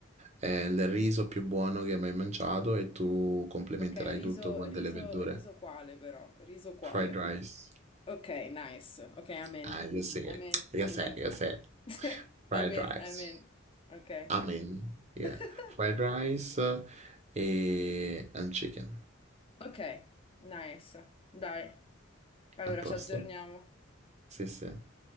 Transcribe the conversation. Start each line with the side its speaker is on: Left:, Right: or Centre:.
Right: eh, il riso più buono che hai mai mangiato e tu complementerai
Left: Ok, riso,
Right: tutto con
Left: riso,
Right: delle verdure.
Left: riso quale però? Riso quale?
Right: Fried rice.
Left: Ok, nice. Ok, I'm in.
Right: Ah, io sì,
Left: I'm in,
Right: io
Left: I'm
Right: sì,
Left: in.
Right: io sì.
Left: <laughs>
Right: Fried
Left: I'm in,
Right: rice.
Left: I'm in. Ok.
Right: Amen. Yeah.
Left: <laughs>
Right: Fried rice e and chicken.
Left: Ok, nice. Dai, allora
Right: A posto?
Left: ci aggiorniamo.
Right: Sì, sì.